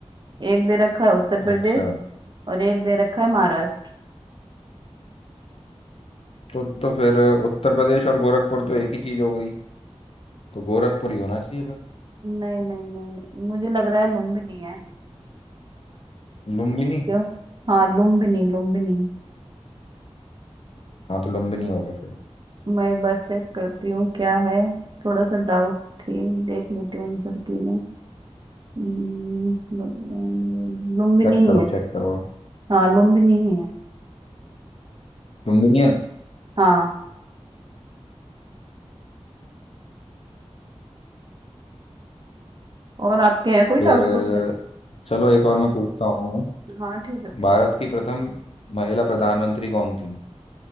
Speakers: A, on the right (about 45°); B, on the left (about 60°).
A: एक दे रखा है उत्तर प्रदेश
B: अच्छा
A: और एक दे रखा है महाराष्ट्र
B: तो तो फिर उत्तर प्रदेश और गोरखपुर तो एक ही चीज हो गई तो गोरखपुर ही होना चाहिए फिर
A: नहीं नहीं नहीं मुझे लग रहा है लुम्बिनी है
B: लुम्बिनी
A: क्यों हाँ लुम्बिनी लुम्बिनी
B: हाँ तो लुम्बिनी होगा फिर
A: मैं एक बार चेक करती हूँ क्या है थोड़ा सा डाउट थी देख लेती हूँ आंसर की मैं हम्म, भगवान- लुम्बिनी
B: चेक करो
A: ही है
B: चेक करो आप।
A: हाँ लुम्बिनी ही है
B: लुम्बिनी है
A: हाँ और आपके हैं कोई
B: फिर
A: डाउट क्वेश्चन
B: अ, चलो एक और मैं पूछता हूँ
A: हाँ ठीक है पूछो
B: भारत की प्रथम महिला प्रधानमंत्री कौन थी